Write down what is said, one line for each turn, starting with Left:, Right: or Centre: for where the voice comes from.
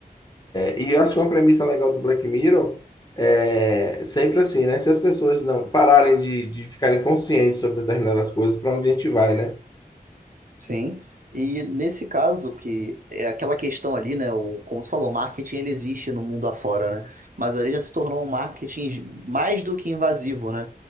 Left: e eu acho que uma premissa legal do Black Mirror é sempre assim, né? Se as pessoas não pararem de, de ficarem conscientes sobre determinadas coisas, para onde a gente vai, né?
Right: Sim, e nesse caso que é aquela questão ali, né, o, como você falou, o marketing ele existe no mundo afora, né? Mas ali já se tornou um marketing mais do que invasivo, né?